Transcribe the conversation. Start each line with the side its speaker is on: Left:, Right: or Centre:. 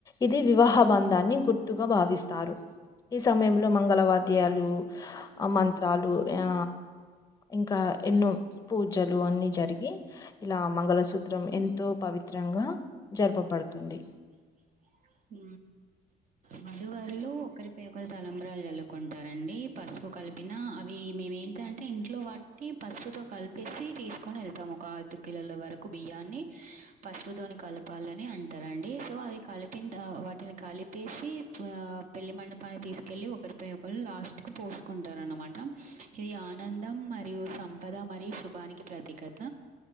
Left: ఇది వివాహ బంధాన్ని గుర్తు. గ భావిస్తారు ఈ సమయంలో మంగళవాద్యాలు
Right: <inaudible>
Left: అ మంత్రాలు ఆ ఇంకా ఎన్నో పూజలు అన్ని జరిగి ఇలా మంగళసూత్రం ఎంతో పవిత్రంగా జరపబడుతుంది.
Right: <inaudible> ఉ వదువర్లు ఒకరి పే ఒకరు తలంబరాలు జల్లుకుంటారండి పసుపు పసు కలిపిన అవి మేము ఏంటింటే ఇంట్లో బట్టి పసుపుతో కలిపేసి తీసుకొని వెళ్తాము. ఒక ఐదు కిలోల వరకు బియ్యాన్ని పసుపుతోని కలపాలని అంటారండి సో అవి కలిపి కింద వాటిని కలిపేసి ఆ పెళ్లి మండపానికి తీసుకెళ్ళలి ఒకరిపై ఒకరు లాస్ట్కు పో చూసుకుంటార అనమాట ఇది ఆనందం మరియు సంపద మరియు శుభానికి ప్రతీకత.